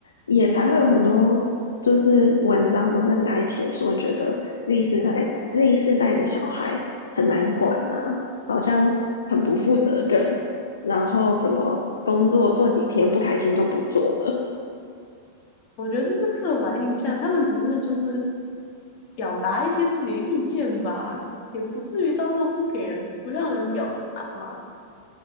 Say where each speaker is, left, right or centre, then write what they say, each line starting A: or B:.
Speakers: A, on the left; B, on the left.
A: 也才会有很多就是文章不是很爱写说，觉得 Z 世代 Z 世代的小孩很难管呐、好像很不负责任，然后什么工作做几天不开心就不做了。
B: 我觉得这是刻板印象，他们只是就是表达一些自己的意见吧，也不至于到时候不给人不让人表达嘛。